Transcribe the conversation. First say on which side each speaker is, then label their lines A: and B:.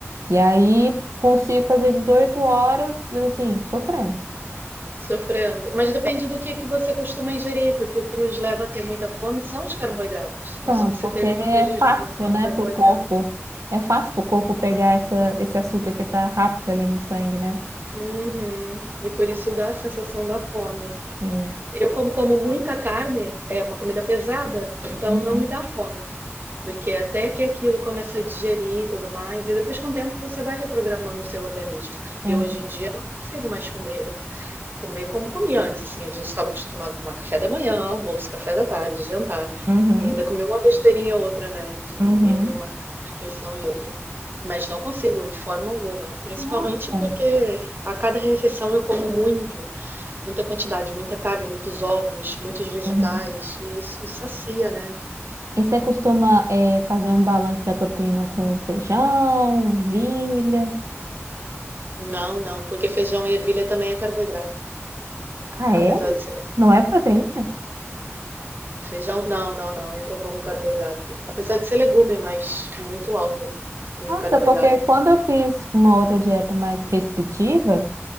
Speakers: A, on the right; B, on the right.
A: E aí consigo fazer 18 horas, assim, sofrendo.
B: Sofrendo. Mas depende do que, que você costuma ingerir, porque o que nos leva a ter muita fome são os carboidratos. Então,
A: Não,
B: se você
A: porque
B: termina
A: é
B: o seu jejum
A: fácil,
B: e come
A: né,
B: carboidrato,
A: pro corpo. É fácil pro corpo pegar essa, esse açúcar que tá rápido ali no sangue, né?
B: uhum, e por isso dá a sensação da fome.
A: Sim.
B: Eu, como como muita carne, é uma comida pesada, então
A: Uhum,
B: não me dá fome. Porque até que aquilo começa a digerir e tudo mais, e depois com o tempo você vai reprogramando o seu organismo.
A: entendi.
B: Eu hoje em dia não consigo mais comer, Comer como comia antes, assim, a gente estava acostumado a tomar café da manhã, almoço, café da tarde, jantar,
A: Uhum,
B: e ainda comer uma besteirinha ou outra, né, de-
A: uhum.
B: entre uma refeição e outra. Mas não consigo de forma alguma, principalmente
A: Nossa.
B: porque a cada refeição eu como muito, muita quantidade, muita carne, muitos ovos, muitos vegetais,
A: Uhum.
B: e isso sacia, né?
A: E você costuma é, fazer um balanço da proteína com feijão, ervilha?
B: Não, não, porque feijão e ervilha também é carboidrato,
A: Ah,
B: apesar
A: é?
B: de ser
A: Não é proteína?
B: Feijão, não, não, não, entra como carboidrato. Apesar de ser legume, mas muito alta em
A: Nossa,
B: carboidrato,
A: porque quando
B: então não.
A: eu fiz uma outra dieta mais restritiva,